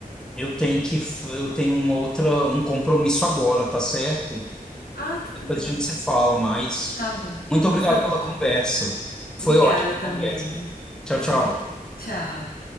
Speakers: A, in the centre; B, on the left (about 75°).
A: eu tenho que f- eu tenho uma outra um compromisso agora, tá certo?
B: Ah,
A: Depois
B: tudo bem.
A: a gente se fala mais.
B: Tá bom,
A: Muito obrigado
B: mas foi
A: pela
B: bom.
A: conversa.
B: Obrigada
A: Foi ótima a
B: também.
A: conversa. Tchau,
B: <laughs>
A: tchau.
B: Tchau.